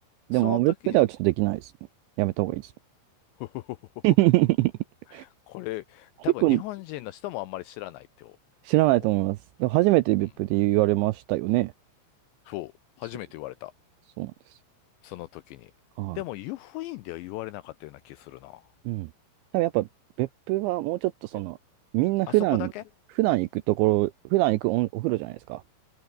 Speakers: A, on the right; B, on the left.
A: でも、
B: その時に、
A: 別府ではちょっとできないですね。
B: <laughs>
A: やめた方がいいです。
B: ふふふふふ
A: <laughs>
B: これ、多分日本人の人もあんまり知らないって
A: 結構知らないと思います。
B: 思う。
A: でも初めて別府で言われましたよね。
B: うん。そう。初めて言われた。
A: そう、そうなんです。
B: その時に。
A: は
B: でも、湯布院では言われなかったような気するな。
A: い。うん。多分やっぱ別府はもうちょっとその、
B: え、
A: みんな普段、
B: あそこだけ
A: 普段行くところ、普段行くお、お風呂じゃないですか。